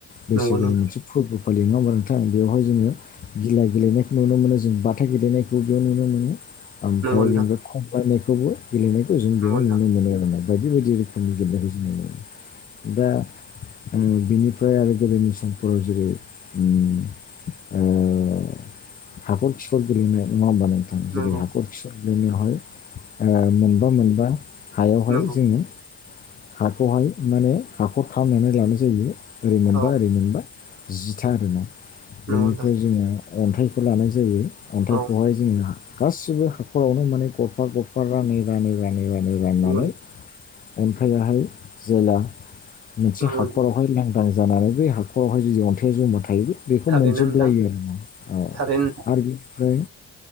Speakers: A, on the left (about 30°); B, on the right (about 55°).
A: बैसागुनि
B: नंगौ नोंथां
A: मोनसे फोरबो फालियो नङा होनबा नोंथां। थां बेवहाय जोङो गिला गेलेनायखौ नुनो मोनो जों बाथा गेलेनायखौ बेयाव नुनो मोनो। ओमफ्राय
B: नंगौ नोंथां
A: बिनिफ्राय खमलायनायखौबो। गेलेनायखौ जों
B: नंगौ
A: बेयाव
B: नोंथां
A: नुनो मोनो आरोना बायदि-बायदि रोखोमनि गेलेनायखौ जों नुनो मोनो दा। ओम बिनिफ्राय आरो गोदोनि समफोराव जेरै ओम ओ। हाखर-खिखर गेलेनाय नङा होमबा नोंथां?
B: नंगौ
A: जेरै
B: नोंथां
A: हाखर-खिखर गेलेनायावहाय। ओ मोनबा-मोनबा हायावहाय
B: नंगौ नंगौ
A: जोङो। हाखौहाय माने हाखर। खामनानै लानाय जायो ओरै मोनबा-ओरै
B: औ
A: मोनबा जिथा आरोना बेनिफ्राय।
B: नंगौ नोंथां
A: जोङो अन्थाइखौ लानाय जायो। अन्थाइखौहाय
B: औ
A: जोङो गासिबो हाखरावनो माने गरफा-गरफा रानै-रानै। रानै-रानै राननानै।
B: नंगौ
A: ओमफ्रायाहाय जेला। मोनसे
B: नंगौ
A: हाखरावहाय लांदां जानानै बे हाखरावहाय जुदि अन्थाइाव जमा थायो। बेखौ
B: थारैनो
A: मोनजोबलायो
B: नोंथां
A: आरो ना औ
B: थारैनो
A: आरो बिनिफ्राय।